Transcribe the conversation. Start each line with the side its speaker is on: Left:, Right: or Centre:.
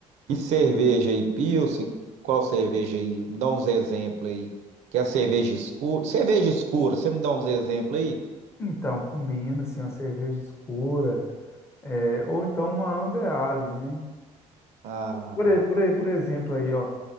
Right: e cerveja aí, Pilsen? Qual cerveja aí? Me dá uns exemplos aí. Que é cerveja escura? Cerveja escura, você me dá uns exemplos aí?
Left: Então, combina, assim, uma cerveja escura, é, ou então uma Amber Ale, né?
Right: Ah,
Left: Por, e- por, e- por exemplo aí, ó.